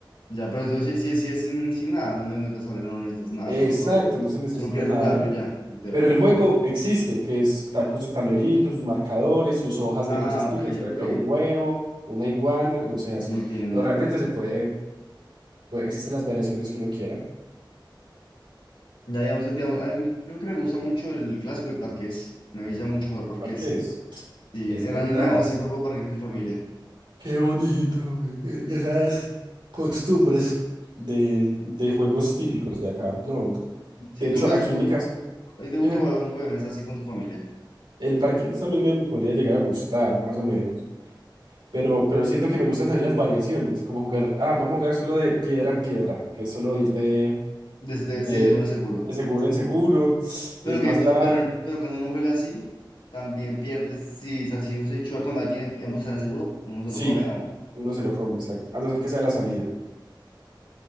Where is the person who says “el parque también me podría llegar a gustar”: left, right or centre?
Right